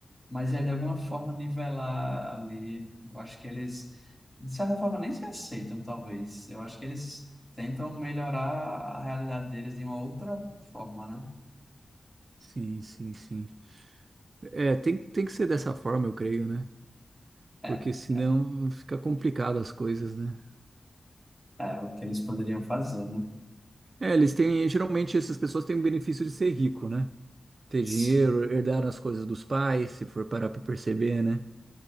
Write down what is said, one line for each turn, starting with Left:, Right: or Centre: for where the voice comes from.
Centre: mas é de alguma forma nivelar ali. Eu acho que eles, de certa forma, nem se aceitam, talvez. Eu acho que eles tentam melhorar a realidade deles de uma outra forma, né?
Right: Sim, sim, sim. É, tem, tem que ser dessa forma, eu creio, né?
Centre: É,
Right: Porque
Centre: é
Right: senão
Centre: é,
Right: fica complicado as coisas, né?
Centre: é o que eles poderiam fazer, né?
Right: É, eles têm, geralmente essas pessoas têm o benefício de ser rico, né? Ter
Centre: Sim.
Right: dinheiro, herdar as coisas dos pais, se for parar pra perceber, né?